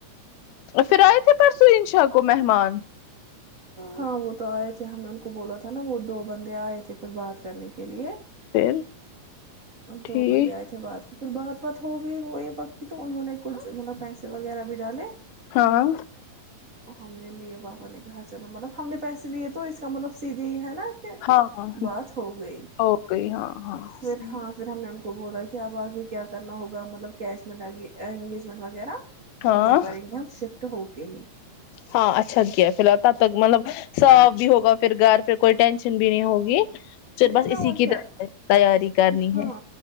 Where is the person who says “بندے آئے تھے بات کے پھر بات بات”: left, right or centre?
Right